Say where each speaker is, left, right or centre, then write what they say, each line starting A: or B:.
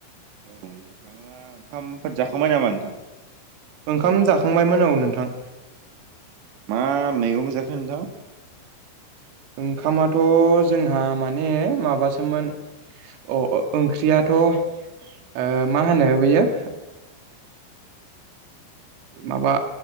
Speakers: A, on the right; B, on the right.
A: औ नोंथाङा ओंखामफोर जाखांबाय नामा नोंथां
B: ओंखाम जाखांबायमोन औ नोंथां
A: मा मैगं जाखो नोंथां
B: ओंखामाथ' जोंहा माने माबासोमोन अ ओंख्रियाथ' ओ मा होनो बेयो माबा